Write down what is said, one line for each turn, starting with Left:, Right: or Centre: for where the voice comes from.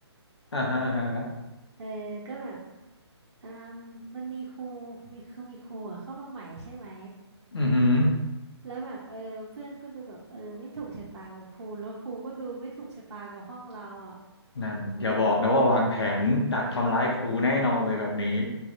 Left: <laughs> อ่าฮะอ่าฮะ
Right: เออก็แบบอืมมันมีครูมีคือมีครูอะเข้ามาใหม่ใช่ไหม
Left: อือหือ
Right: แล้วแบบเออเพื่อนก็ดูแบบเออไม่ถูกชะตากับครูแล้วครูก็ดูไม่ถูกชะตากับห้องเราอ่ะ
Left: นั่นอย่าบอกนะว่าวางแผนดักทำร้ายครูแน่นอนเลยแบบนี้